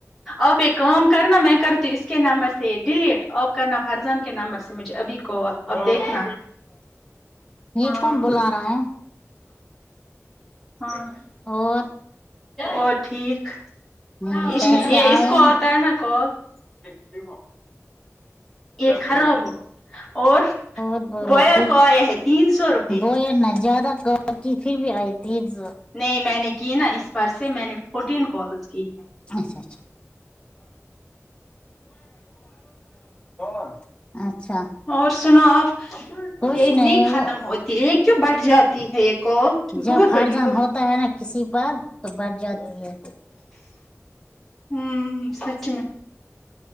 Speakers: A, in the centre; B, on the left.
A: آپ ایک کام کرنا میں کرتی اس کے نمبر سے یہ ڈیلیٹ آف کرنا فرزان کے نمبر سے مجھے ابھی کو اب دیکھنا
B: یہ
A: ہاں
B: کون بلا رہا ہے
A: ہاں
B: اور
A: اور ٹھیک
B: نہیں
A: اس
B: پیسے
A: یہ
B: آئے
A: اس کو آتا ہے نا کال <unintelligible> یہ خراب اور
B: اورت بولو
A: بویا
B: کچھ
A: کو آیا ہے تین سو روپے
B: دو نہ زیادہ کر <unintelligible>
A: نہیں میں نے کی نا اس پر سے میں نے فورٹین کالز کی ہے
B: اچھا اچھا <unintelligible> اچھا
A: اور سنو آپ
B: کچھ
A: یہ نہیں ختم
B: وہ
A: ہوتی ہے یہ کیوں بڑھ جاتی ہے ایک کو
B: جب
A: بہت
B: فرزان
A: بڑی ہو
B: ہوتا ہے نا کسی پر تو بڑھ جاتی ہے
A: ہم سچ میں